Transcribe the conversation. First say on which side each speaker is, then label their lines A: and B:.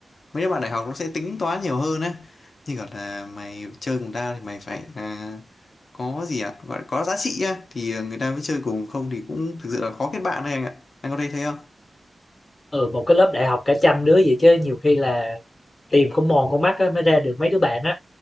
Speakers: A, on the left; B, on the left.
A: mấy đứa bạn đại học nó sẽ tính toán nhiều hơn á như kiểu là mày chơi cùng tao thì mày phải à, có gì ạ gọi là có giá trị á thì người ta mới chơi cùng không thì cũng thực sự là khó kết bạn đấy anh ạ anh có thấy thế không
B: ừ một cái lớp đại học cả trăm đứa vậy chứ nhiều khi là tìm con mòn con mắt á, mới ra được mấy đứa bạn á